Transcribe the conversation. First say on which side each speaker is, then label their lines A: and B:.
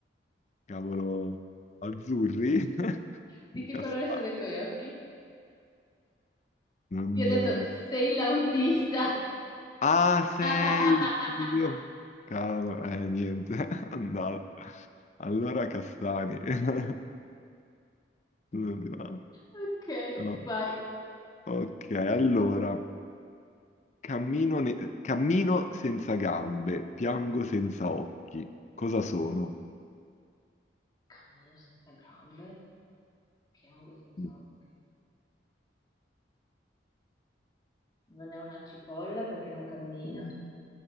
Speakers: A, on the left (about 40°); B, on the left (about 20°).
A: cavolo, azzurri? <laughs>
B: Di che
A: Castani.
B: colore sono i tuoi occhi?
A: Non...
B: Io ho detto, sei l'autista.
A: Ah, sei,
B: <laughs>
A: oddio. Cavolo, eh, niente, <laughs> è andato. Allora, castani. <laughs> No.
B: Ok,
A: no.
B: vai.
A: Ok, allora. Cammino, ne- cammino senza gambe, piango senza occhi. Cosa sono?
B: Cammino senza gambe, piango senza
A: Mm.
B: occhi. Non è una cipolla perché non cammina.